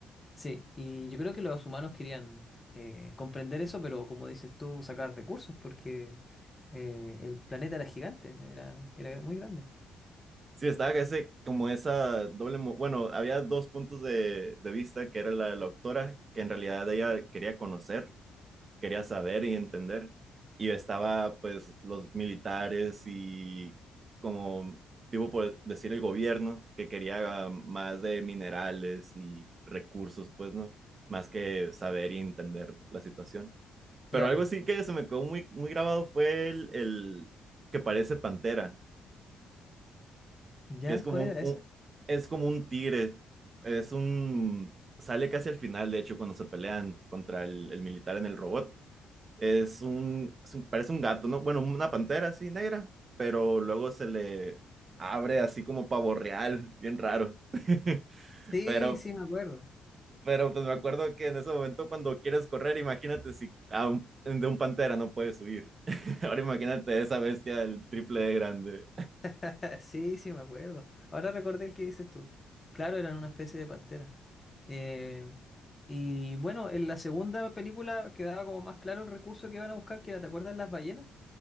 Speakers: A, on the left; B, on the right.
A: sí, y yo creo que los humanos querían eh, comprender eso, pero como dices tú, sacar recursos, porque eh, el planeta era gigante, era, era muy grande.
B: Sí, estaba ese, como esa doble, mo- bueno, había dos puntos de, de vista, que era la de la doctora, que en realidad ella quería conocer, quería saber y entender, y estaba pues los militares y como, tipo por decir el gobierno, que quería ah, más de minerales y recursos, pues, ¿no? Más que saber y entender la situación.
A: Claro.
B: Pero algo sí que se me quedó muy, muy grabado fue el, el que parece pantera,
A: ¿Ya?
B: que es como
A: ¿Cuál era
B: un, un-
A: ese?
B: es como un tigre, es un, sale casi al final, de hecho, cuando se pelean contra el, el militar en el robot. Es un, es un- parece un gato, ¿no? Bueno, una pantera así negra, pero luego se le abre así como pavo real, bien raro. <laughs>
A: Sí,
B: Pero
A: sí, me acuerdo.
B: Pero pues me acuerdo que en ese momento cuando quieres correr, imagínate si a un- de un pantera no puedes huir. <laughs> Ahora imagínate esa bestia el triple de grande.
A: <laughs> Sí, sí, me acuerdo. Ahora recordé el que dices tú. Claro, eran una especie de pantera. Eh, y bueno, en la segunda película quedaba como más claro el recurso que iban a buscar, que era, ¿te acuerdas las ballenas?